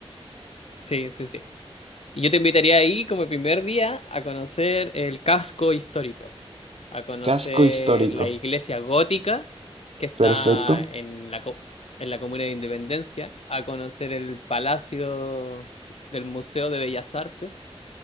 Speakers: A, on the left (about 75°); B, on the right (about 75°).
A: Sí, sí, sí. Y yo te invitaría ahí como primer día a conocer el casco histórico, a conocer
B: Casco histórico.
A: la iglesia gótica que está
B: Perfecto.
A: en la, co- en la comuna de Independencia, a conocer el palacio del Museo de Bellas Artes.